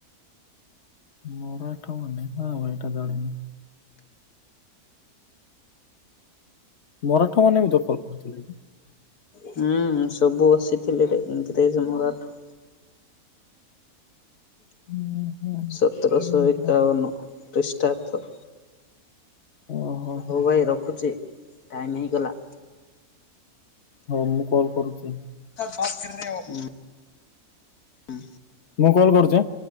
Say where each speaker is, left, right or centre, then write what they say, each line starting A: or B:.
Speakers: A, on the left (about 50°); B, on the left (about 80°).
A: ମରାଠମାନେ ନାଁ ଭାଇ ଏଟା ଜାଣିନି। ମରାଠ ମାନେ ଭିଡ଼ିଓ କଲ କରଥିଲେ।
B: ହୁଁ ସବୁ ଆସିଥିଲି ରେ ଇଂରେଜ ମରାଠ।
A: ଉଁ ହୁଁ।
B: <inaudible> ସତରଶହ ଏକାବନ। ଖ୍ରୀଷ୍ଟାବ୍ଦ।
A: ଓହୋ
B: ହଉ
A: ହୋ
B: ଭାଇ ରଖୁଚି। ଟାଇମ ହେଇଗଲା।
A: ହୋଉ ମୁଁ କଲ କରୁଚି।
B: <inaudible> ହୁଁ।
A: ମୁଁ କଲ କରୁଚି ଆଁ।